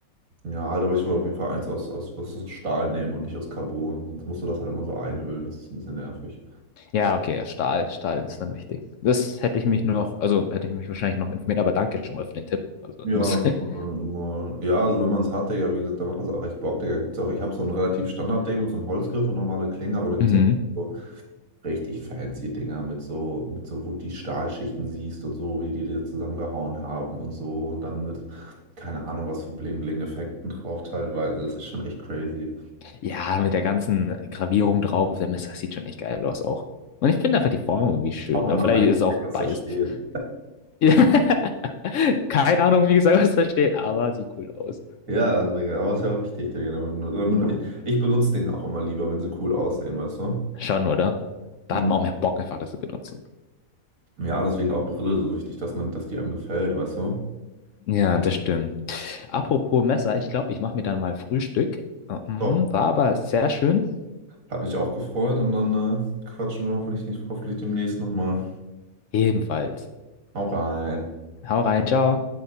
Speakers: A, on the right; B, on the left.
A: Ja, halt, aber ich würde auf jeden Fall eins aus, aus, was aus Stahl nehmen und nicht aus Carbon. Sonst musst du das halt immer so einölen, das ist ein bisschen nervig.
B: Ja, okay, Stahl, Stahl ist dann wichtig. Das hätte ich mich nur noch, also hätte ich mich wahrscheinlich noch informiert, aber danke schon mal für den Tipp. Also
A: Ja,
B: muss. <laughs>
A: also mal- ja, also wenn man es hat, Digga, wie gesagt, dann macht das auch echt Bock, Digga. Gibt's auch, ich habe so ein relativ Standard-Ding mit so einem Holzgriff und normale Klinge, aber da gibt
B: Mhm.
A: es auch. so richtig fancy Dinger mit so, mit so, wo du die Stahlschichten siehst und so, wie die die zusammengehauen haben und so und dann mit, keine Ahnung, was für Bling-Bling-Effekten drauf teilweise. Das ist schon echt crazy.
B: Ja, mit der ganzen Gravierung drauf auf der Messe, das sieht schon echt geil aus auch. Und ich finde einfach die Form irgendwie schön.
A: Auch wenn
B: Aber
A: man
B: vielleicht
A: gar nicht
B: ist es auch
A: checkt, was
B: biased.
A: da steht.
B: <laughs> Keine Ahnung, wie gesagt, was da steht, aber sieht cool aus.
A: Ja, Digga, aber ist ja auch richtig, Digga. Damit, damit, ich, ich benutze den auch immer lieber, wenn sie cool aussehen, weißt du?
B: Schon, oder? Da
A: Mhm.
B: hat man auch mehr Bock, einfach das zu benutzen.
A: Ja, deswegen auch Brille so wichtig, dass man, dass die einem gefällt, weißt du?
B: Ja, das stimmt. Apropos Messer, ich glaube, ich mache mir dann mal Frühstück. Ähm,
A: Top.
B: War aber sehr schön.
A: Hat mich auch gefreut und dann äh, quatschen wir hoffentlich nicht, hoffentlich demnächst nochmal.
B: Ebenfalls.
A: Hau rein.
B: Hau rein, ciao.